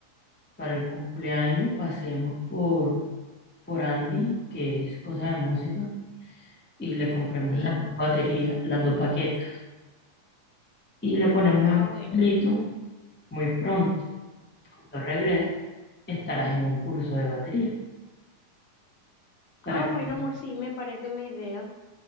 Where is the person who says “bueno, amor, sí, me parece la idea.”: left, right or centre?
Left